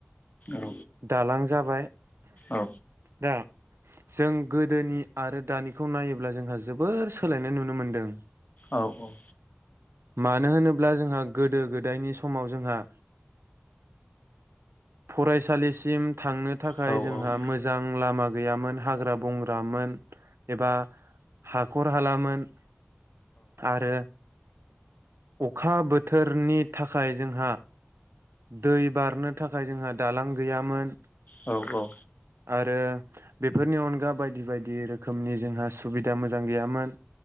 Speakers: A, on the left (about 40°); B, on the right (about 85°).
A: औ
B: दालां जाबाय
A: औ
B: दा जों गोदोनि आरो दानिखौ नायोब्ला जोंहा जोबोर सोलायनाय नुनो मोनदों।
A: औ औ
B: मानो होनोब्ला जोंहा गोदो गोदायनि समाव जोंहा फरायसालिसिम थांनो थाखाय
A: औ
B: जोंहा
A: औ औ
B: मोजां लामा गैयामोन हाग्रा बंग्रामोन एबा हा हखर हालामोन आरो अखा बोथोरनि थाखाय जोंहा दै बारनो थाखाय जोंहा दालां गैयामोन।
A: औ औ
B: आरो बेफोरनि अनगा बायदि बायदि रोखोमनि जोंहा सुबिदा मोजां गैयामोन